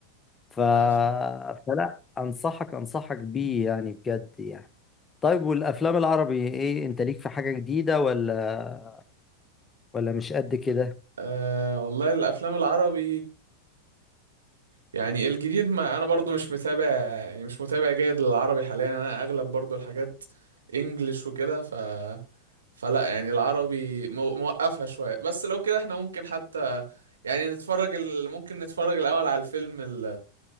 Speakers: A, on the left (about 15°); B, on the right (about 70°).
A: ف...
B: آه.
A: فلا انصحك انصحك بيه يعني بجد يعني طيب والافلام العربي ايه انت ليك في حاجة جديدة ولا ولا مش قد كده
B: آه والله الافلام العربي يعني الجديد ما انا برضو مش متابع يعني مش متابع جيد للعربي حاليا انا اغلب برضو الحاجات انجلش وكده ف فلا يعني العربي مو- موقفها شوية بس لو كده احنا ممكن حتى يعني نتفرج ال... ممكن نتفرج الاول على الفيلم ال-